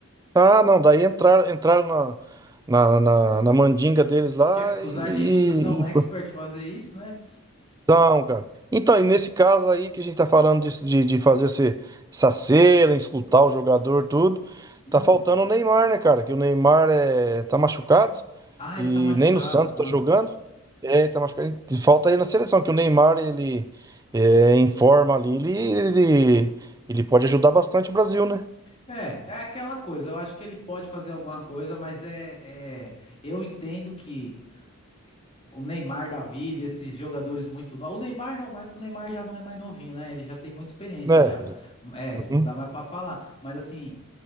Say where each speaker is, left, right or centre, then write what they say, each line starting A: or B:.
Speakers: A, on the right; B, on the left.
A: Ah, não, daí entraram, entraram na, na, na, na mandinga deles lá
B: Que, que
A: e,
B: os argentinos são
A: e
B: expert fazer isso, né?
A: Não, cara. Então, e nesse caso aí que a gente tá falando disso, de, de fazer esse- essa cera, escutar o jogador, tudo,
B: Hum.
A: tá faltando o Neymar, né, cara? Que o Neymar é, tá machucado
B: Ah,
A: e
B: ele tá machucado.
A: nem no Santos
B: Ah.
A: tá jogando. É, tá machucado. E Falta aí na seleção, que o Neymar, ele é, em forma ali, ele, ele, ele pode ajudar bastante o Brasil, né?
B: É, é aquela coisa. Eu acho que ele pode fazer alguma coisa, mas é, é- eu entendo que o Neymar da vida, esses jogadores muito novos. O Neymar não, mais que o Neymar já não é mais novinho, né? Ele já tem muita experiência
A: Né?
B: já. É,
A: Uhum.
B: não dá mais pra falar. Mas assim,